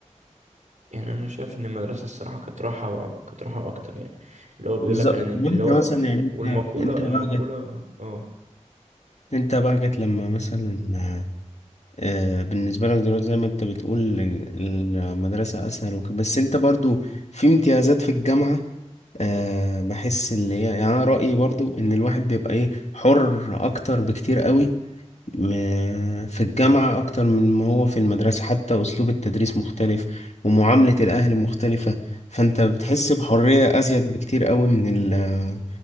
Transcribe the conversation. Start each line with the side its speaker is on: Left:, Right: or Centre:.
Right: يعني انا شايف ان المدرسه الصراحه كانت راحه كانت راحه اكتر يعني اللي هو بيقول
Left: بالظبط
Right: لك انا ن- اللي
Left: وانت
Right: هو
Left: مثلا يعني انت
Right: والمقوله
Left: انت
Right: المقوله
Left: بقى جت
Right: اه
Left: انت بقى جت لما مثلا آه، بالنسبة لك دلوقتي زي ما انت بتقول ال- المدرسة أسهل وكده بس انت برضو في امتيازات في الجامعة أه بحس اللي هي يعني أنا رأيي برضو إن الواحد بيبقى إيه حر أكتر بكتير قوي م- في الجامعة أكتر من ما هو في المدرسة حتى أسلوب التدريس مختلف ومعاملة الأهل مختلفة فأنت بتحس بحرية أزيد بكتير قوي من ال